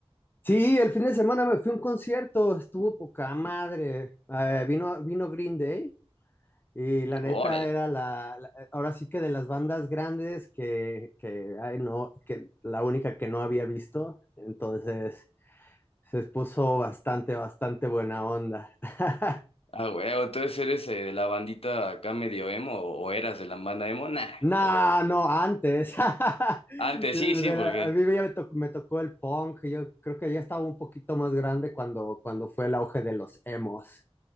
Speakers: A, on the left; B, on the left.
A: Sí, el fin de semana me fui a un concierto, estuvo poca madre. Eh, vino, vino Green Day y la neta
B: Órale.
A: era la, la- ahora sí que de las bandas grandes que, que, ay, no, que la única que no había visto, entonces se puso bastante, bastante buena onda. <laughs>
B: Ah, huevo, entonces eres eh, de la bandita acá medio emo, o, o eras de la banda emo, nah.
A: No,
B: O
A: no, antes. <laughs>
B: antes
A: De
B: sí, sí, porque
A: la- a mí ya me tocó, me tocó el punk. Yo creo que ya estaba un poquito más grande cuando, cuando fue el auge de los emos.